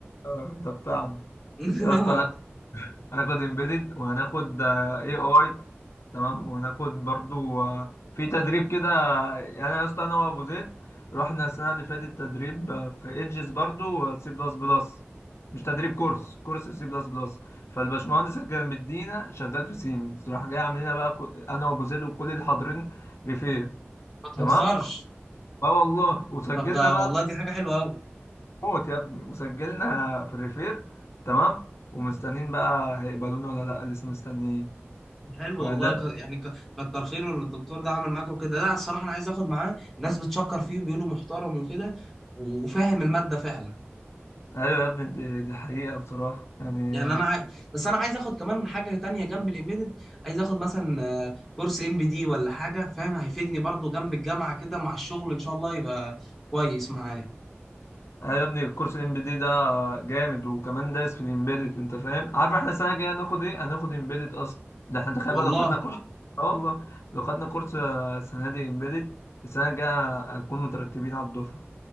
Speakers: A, on the left; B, in the centre.
A: آه، انت بتاعنا
B: <laughs>
A: يا اسطى أنا- هناخد امبيدد وهناخد اي اي تمام وهناخد برضو آه، في تدريب كده يعني انا يا اسطى انا وابو زيد رحنا السنه اللي فاتت تدريب آه، في ايدجز برضو آه، سي بلس بلس مش تدريب كورس كورس سي بلس بلس فالباشمهندس اللي كان مدينا شغال في سيمنز راح جاي عاملين بقى كو- انا وابو زيد وكل اللي حاضرين ريفير
B: ما تهزرش
A: تمام اه والله وسجلنا
B: طب ده
A: بقى
B: والله دي حاجه حلوه قوي
A: موت يا ابني وسجلنا في الريفير تمام ومستنيين بقى هيقبلونا ولا لا لسه مستنيين
B: حلو
A: وده
B: والله ك- يعني ك- كتر خيره اللي الدكتور ده عمل معاكوا كده لا الصراحه انا عايز اخد معاه ناس بتشكر فيه وبيقولوا محترم وكده وفاهم الماده فعلا
A: ايوه يا ابني دي دي حقيقة بصراحة يعني
B: يعني انا عاي... بس انا عايز اخد كمان حاجه تانية جنب الامبيدد عايز اخد مثلا آه، كورس ام بي دي ولا حاجه فاهم هيفيدني برضو جنب الجامعه كده مع الشغل ان شاء الله يبقى كويس معايا
A: ايوه يا ابني الكورس الام بي دي ده جامد وكمان دايس في الامبيدد انت فاهم عارف احنا السنه الجايه هناخد ايه هناخد امبيدد اصلا ده احنا تخيل
B: والله
A: بقى لو خدنا كورس اه والله لو خدنا كورس آه، السنه دي امبيدد السنه الجايه هنكون مترتبين على الدفعه